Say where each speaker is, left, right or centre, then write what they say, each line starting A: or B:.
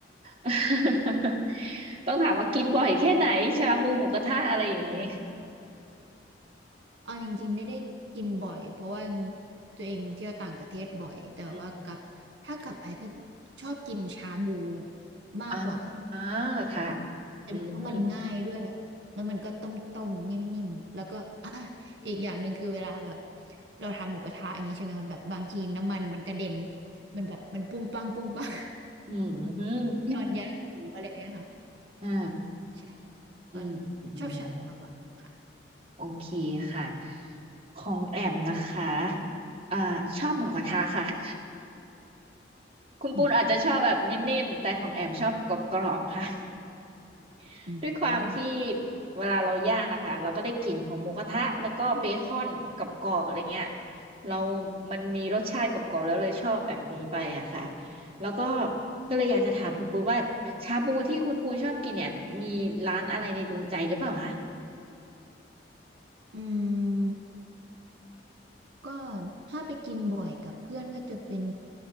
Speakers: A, on the right; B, on the right.
A: <laughs> ต้องถามว่ากินบ่อยแค่ไหนชาบูหมูกระทะอะไรอย่างนี้
B: เอาจริงๆไม่ได้กินบ่อยเพราะว่าตัวเองเที่ยวต่างประเทศบ่อยแต่ว่ากลับถ้ากลับไปก็
A: อืม
B: ชอบกินชาบูมากกว่า
A: อ่าอ่าค่ะ
B: เพราะมันง่ายด้วยแบบแล้วมันก็ต้มๆนิ่มๆแล้วก็อ่ะ
A: อืม
B: อีกอย่างหนึ่งคือเวลาแบบเราทำหมูกระทะอย่างนี้ใช่ไหมคะแบบบางทีน้ำมันมันกระเด็นมันแบบมันปุ้งปังปุ้งปัง
A: อืม
B: <laughs> ตอนย่างหมูอะไรอย่างเงี้ยค่ะ
A: อ่า
B: ใช่
A: อืมอืม
B: ตอนชอบชาบูมากกว่าค่ะ
A: โอเคค่ะ ของแอมนะคะอ่าชอบหมูกระทะค่ะ
B: ค่ะ
A: <laughs> คุณปูนอาจจะชอบแบบนิ่มๆ
B: อืม
A: แต่ของแอมชอบกรอบๆค่ะ <laughs>
B: อืม
A: ด้วยความที่เวลาเราย่างนะคะ เราก็ได้กลิ่นของหมูกระทะแล้วก็เบคอนกรอบๆอะไรเงี้ยเรามันมีรสชาติกรอบๆแล้วเลยชอบแบบนี้ไปอะค่ะแล้วก็ก็เลยอยากจะถามคุณปูนว่าชาบูที่คุณปูนชอบกินเนี่ยมีร้านอะไรในดวงใจหรือเปล่าคะ
B: อืม ก็ถ้าไปกินบ่อยกับเพื่อนก็จะเป็น